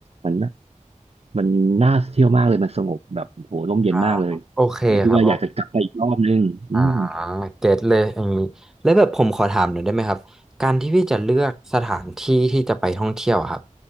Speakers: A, on the right (about 50°); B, in the centre.
A: มันน่ามันน่าเที่ยวมากเลยมันสงบแบบโหร่มเย็นมากเลย
B: อ่าโอเคครับ
A: แล้วคิดว่าอยากจะกลับไปอีกรอบนึงอืม
B: อ่าเก็ตเลยอย่างนี้แล้วแบบผมขอถามหน่อยได้ไหมครับการที่พี่จะเลือกสถานที่ที่จะไปท่องเที่ยวอะครับ
A: ครับ